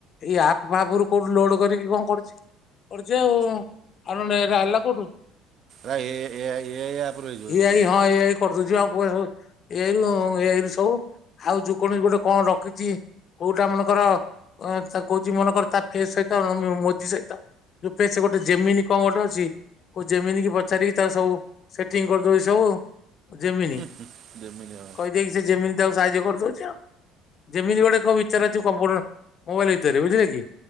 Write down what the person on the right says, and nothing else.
ନାଁ ଏଆଇ ଏଆ ଏଆଇ ଆପ୍ ରୁ ହେଇଯିବ
ଏଇନା।
ଜିମିନି ଆପ୍।